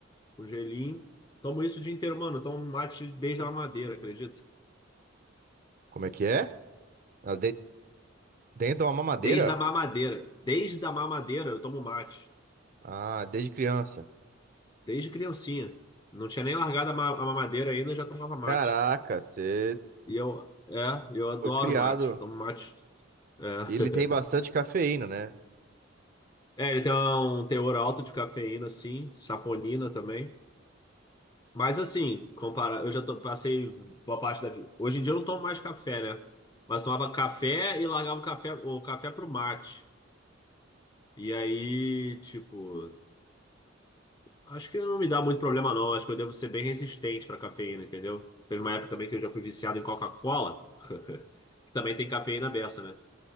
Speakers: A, on the left; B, on the right.
A: um gelinho. Tomo isso o dia inteiro, mano. Eu tomo mate desde a madeira acredita?
B: Como é que é? Ah, de- dentro de uma mamadeira?
A: Desde a mamadeira. Desde a mamadeira eu tomo mate.
B: Ah, desde criança.
A: Desde criancinha. Não tinha nem largado a ma- a mamadeira ainda, já tomava mate.
B: Caraca, você
A: E eu, é, eu adoro
B: foi criado.
A: mate. Tomo mate. É.
B: Ele tem bastante cafeína, né?
A: É, ele tem um teor alto de cafeína, sim, saponina também. Mas assim, compara, eu já tô- passei boa parte da vida. Hoje em dia eu não tomo mais café, né? Mas tomava café e largava o café, o café pro mate. E aí, tipo, acho que não me dá muito problema, não. Acho que eu devo ser bem resistente pra cafeína, entendeu? Teve uma época também que eu já fui viciado em Coca-Cola, <laughs> que também tem cafeína beça, né?